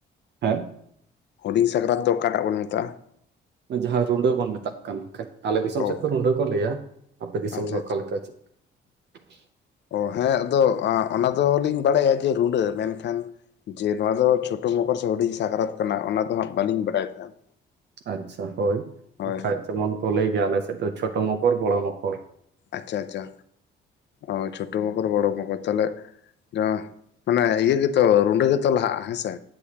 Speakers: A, on the right; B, on the left.
A: ᱦᱮᱸ,
B: ᱦᱩᱰᱤᱧ ᱥᱟᱠᱨᱟᱛ ᱫᱚ ᱚᱠᱟᱴᱟᱜ ᱵᱚᱱ ᱢᱮᱛᱟᱜ-ᱟ?
A: ᱡᱟᱦᱟᱸ ᱨᱩᱸᱰᱟᱹ ᱵᱚᱱ ᱢᱮᱛᱟᱜ ᱠᱟᱱ, ᱟᱞᱮ ᱫᱤᱥᱚᱢ
B: ᱚ
A: ᱥᱮᱫ ᱨᱩᱸᱰᱟᱹ ᱠᱚ ᱞᱟᱹᱭᱟ ᱟᱯᱮ ᱫᱤᱥᱚᱢ
B: ᱟᱪᱪᱷᱟ
A: ᱫᱚ
B: ᱟᱪᱪᱷᱟ
A: ᱚᱠᱟ ᱞᱮᱠᱟ ᱪᱮᱫ? <unintelligible>
B: ᱚ ᱦᱮᱸ ᱟᱫᱚ ᱚᱱᱟ ᱫᱚ ᱞᱤᱧ ᱵᱟᱲᱟᱭᱟ ᱡᱮ ᱨᱩᱸᱰᱟᱹ ᱢᱮᱱ ᱠᱷᱟᱱ ᱡᱮ ᱱᱚᱣᱟ ᱫᱚ ᱪᱷᱳᱴᱳ ᱢᱚᱠᱚᱨ ᱥᱮ ᱦᱩᱰᱤᱧ ᱥᱟᱠᱨᱟᱛ ᱠᱟᱱᱟ ᱚᱱᱟ ᱫᱚ ᱦᱟᱸᱜ ᱵᱟᱹᱞᱤᱧ ᱵᱟᱲᱟᱭ ᱛᱟᱦᱮᱸᱫ᱾
A: ᱟᱪᱪᱷᱟ ᱦᱳᱭ
B: ᱦᱳᱭ
A: ᱵᱟᱠᱷᱟᱡ ᱡᱮ ᱢᱚᱱ ᱠᱚ ᱞᱟᱹᱭ ᱜᱮᱭᱟ ᱟᱞᱮ ᱥᱮᱫ ᱫᱚ ᱪᱷᱳᱴᱳ ᱢᱚᱠᱚᱨ ᱵᱚᱲᱚ ᱢᱚᱠᱚᱨ
B: ᱟᱪᱪᱷᱟ ᱟᱪᱪᱷᱟ ᱚ ᱪᱷᱳᱴᱳ ᱢᱚᱠᱚᱨ ᱵᱚᱲᱚ ᱢᱚᱠᱚᱨ ᱛᱟᱦᱞᱮ ᱡᱟᱦᱟ ᱢᱟᱱᱮ ᱤᱭᱟᱹ ᱜᱮ ᱛᱚ ᱨᱩᱸᱰᱟᱹ ᱜᱮ ᱛᱚ ᱞᱟᱦᱟᱜ-ᱟ ᱦᱮᱸ ᱥᱮ